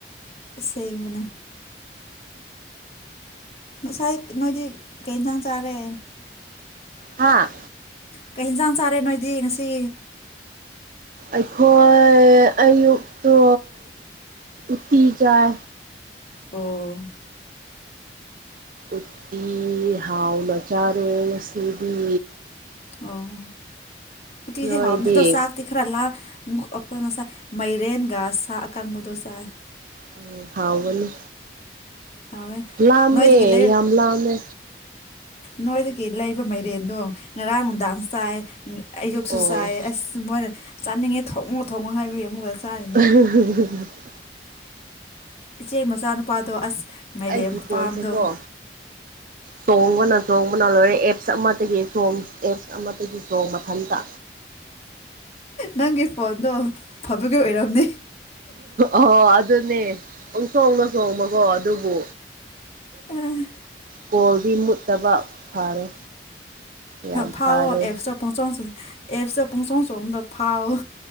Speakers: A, on the left (about 35°); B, on the right (about 50°).
A: ꯑꯁ‌ꯦꯡꯕꯅꯦ꯫ ꯉꯁꯥꯏ ꯅꯣꯏꯗꯤ ꯀꯩ ꯢꯟꯁꯥꯡ ꯆꯥꯔꯦ?
B: ꯍꯥꯥ?
A: ꯀꯩ ꯍ‌ꯦꯟꯖꯥꯡ ꯆꯥꯔꯦ ꯅꯣꯏꯗꯤ ꯉꯁꯤ?
B: ꯑꯩꯈꯣꯏ ꯑꯌꯨꯛꯛꯇꯣ ꯎꯇꯤ ꯆꯥꯏ꯫
A: ꯑꯣ꯫
B: ꯎꯠꯇꯤ ꯍꯥꯎꯅ ꯆꯥꯔꯨꯔꯦ ꯉꯥꯁꯤꯗꯤ꯫
A: ꯑꯧ ꯎꯇꯤꯗꯤ
B: ꯅꯣꯏꯗꯤ
A: ꯍꯥꯎꯕꯅꯦ꯫ ꯑꯗꯣ ꯆꯥꯛ ꯇꯤ ꯈꯔ ꯂꯥ ꯑꯩꯈꯣꯏ ꯉꯁꯥꯏ ꯃꯥꯏꯔꯦꯟꯒ ꯁꯥ ꯑꯀꯪꯕꯗꯣ ꯆꯥꯏ꯫
B: ꯎꯝ ꯍꯥꯎꯒꯅꯤ
A: ꯍꯥꯎꯋꯦ
B: ꯂꯥꯝꯃꯦ
A: ꯅꯣꯏꯗꯒꯤ ꯂꯩ
B: ꯌꯥꯝ ꯂꯥꯝꯃꯦ꯫
A: ꯅꯣꯏꯗꯒꯤ ꯂꯩꯕ ꯃꯩꯔꯦꯟꯗꯣ ꯉꯔꯥꯡ ꯅꯨꯡꯗꯥꯡ ꯆꯥꯏ ꯑꯌꯨꯛꯁꯨ
B: ꯑꯣ
A: ꯆꯥꯏ ꯑꯁ ꯃꯣꯏꯅ꯫ ꯆꯥꯅꯤꯡꯉꯦ ꯊꯣꯡꯉꯣ ꯊꯣꯡꯉꯣ ꯍꯥꯏꯕꯒꯤ ꯑꯃꯨꯛꯀ꯫ ꯆꯥꯔꯤꯅꯤ
B: ꯫ <unintelligible>
A: ꯏꯆꯦ ꯃꯆꯥꯅꯨꯄꯥꯗꯣ ꯑꯁ꯫ ꯃꯥꯏꯔꯦꯝ
B: ꯑꯩꯒꯤ
A: ꯈꯨꯄꯝꯗꯣ
B: ꯐꯣꯟꯁꯦꯀꯣ
A: ꯫
B: ꯆꯣꯡꯕꯅ ꯆꯣꯡꯕꯅ ꯂꯣꯏꯔꯦ ꯑꯦꯞꯁ ꯑꯃꯗꯒꯤ ꯆꯣꯡ ꯑꯦꯞꯁ ꯑꯃꯗꯒꯤ ꯆꯣꯡꯕ ꯃꯊꯟꯇ꯫
A: ꯅꯪꯒꯤ ꯐꯣꯟꯗꯣ ꯐꯕꯒꯤ ꯑꯣꯏꯔꯝꯅꯤ꯫
B: ꯑꫭ ꯑꯗꯨꯅꯦ ꯄꯨꯡ ꯆꫭꯡꯗ ꯆꯣꯡꯕꯀꯣ ꯑꯗꯨꯕꯨ꯫
A: ꯑꯥ꯫
B: ꯀꯣꯜꯗꯤ ꯃꯨꯠꯇꯕ ꯐꯔꯦ꯫ ꯌꯥꯝ
A: ꯐꯥꯎꯑꯣ
B: ꯐꯔꯦ
A: ꯑꯦꯞꯁꯇ ꯄꯨꯡꯆꫭꯡ ꯑꯦꯞꯁꯇ ꯄꯨꯡꯆꫭꯡꯕꯗꫭ ꯐꯥꯎꯑꯣ꯫